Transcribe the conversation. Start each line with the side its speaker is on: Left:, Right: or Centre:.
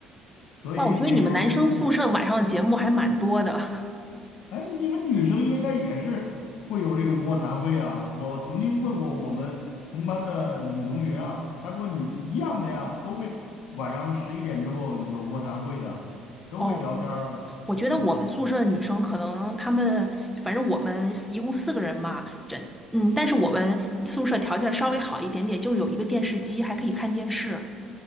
Left: 所以那时候真的是，
Centre: 哇，我觉得你们男生宿舍晚上的节目还蛮多的。
Left: 哎，你们女生应该也是会有这种卧谈会啊。我曾经问过我们同班的女同学啊，她说你一样的呀，都会晚上十一点之后有卧谈会的，
Centre: <laughs>
Left: 都会聊天儿啊，
Centre: 哦，我觉得我们宿舍的女生可能她们，
Left: 嗯。
Centre: 反正我们一共四个人嘛，这嗯，但是我们宿舍条件稍微好一点点，就是有一个电视机，还可以看电视。